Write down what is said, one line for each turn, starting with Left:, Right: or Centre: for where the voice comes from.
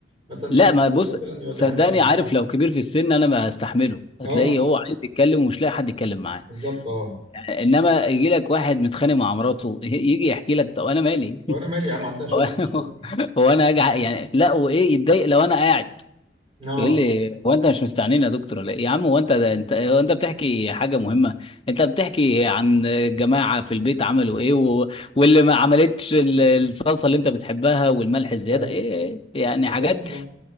Right: مثلا
Left: لا
Right: شفت
Left: ما
Right: بالليل
Left: بص
Right: مثلا يقعد
Left: صدقني
Right: يحكي معايا
Left: عارف لو كبير في السن انا ما هستحمله هتلاقيه
Right: اه
Left: هو عايز يتكلم ومش لاقي حد يتكلم معاه
Right: بالظبط اه
Left: يعني انما يجي لك واحد متخانق مع مراته ي- يجي يحكي لك طب انا مالي
Right: طب انا مالي يا عم عندها شغل
Left: <laughs> هو
Right: مش فاضي
Left: هو انا هاجي ع- يعني لا وايه يتضايق لو انا قاعد
Right: اه
Left: يقول لي هو انت مش مستعنين يا دكتور ولا ايه يا عم هو انت ده انت هو انت بتحكي حاجه مهمه انت بتحكي عن الجماعه في البيت عملوا ايه و... واللي ما عملتش ال- الصلصه اللي انت بتحبها والملح
Right: ده
Left: الزياده
Right: حقيقي
Left: ايه إيه؟ يعني
Right: سبحان
Left: حاجات
Right: الله